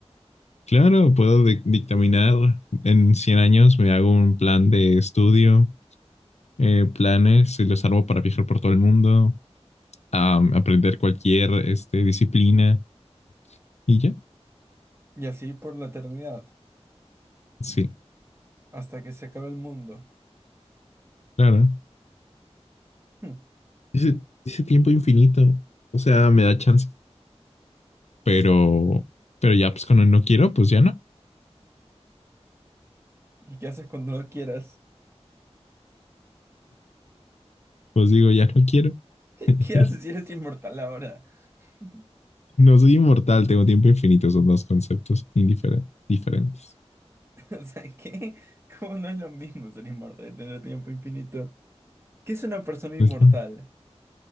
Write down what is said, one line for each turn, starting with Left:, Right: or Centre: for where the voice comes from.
Left: Claro, puedo di- dictaminar en 100 años, me hago un plan de estudio, eh, planes y los armo para viajar por todo el mundo, am, aprender cualquier este, disciplina y ya.
Right: Y así por la eternidad,
Left: Sí,
Right: hasta que se acabe el mundo.
Left: claro.
Right: Hm,
Left: Ese, ese tiempo infinito, o sea, me da chance. Pero, pero ya, pues cuando no quiero, pues ya no.
Right: ¿Y qué haces cuando no quieras?
Left: Pues digo, ya no quiero.
Right: <laughs>
Left: <laughs>
Right: ¿Qué haces si eres inmortal ahora? <laughs>
Left: No soy inmortal, tengo tiempo infinito, son dos conceptos indifer- diferentes.
Right: O sea, ¿qué? ¿Cómo no es lo mismo ser inmortal y tener tiempo infinito? ¿Qué es una persona inmortal?
Left: Es la-